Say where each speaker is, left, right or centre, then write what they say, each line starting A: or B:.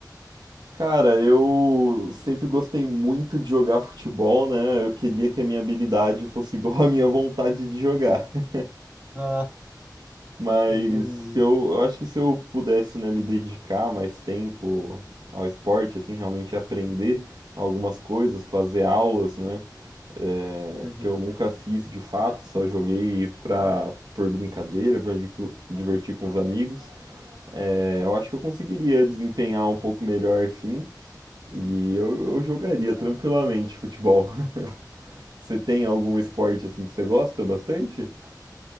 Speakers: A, on the right; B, on the right.
A: Cara, eu sempre gostei muito de jogar futebol, né? Eu queria que a minha habilidade fosse <laughs> igual à minha vontade de jogar. <laughs>
B: Ah,
A: Mas
B: entendi.
A: se eu, eu acho que se eu pudesse, né, me dedicar mais tempo ao esporte, assim, realmente aprender algumas coisas, fazer aulas, né? é,
B: Uhum.
A: que eu nunca fiz de fato, só joguei pra, por brincadeira, pra di- divertir com os amigos. É, eu acho que eu conseguiria desempenhar um pouco melhor, sim. E eu, eu jogaria tranquilamente futebol. <laughs> Você tem algum esporte assim que você gosta bastante?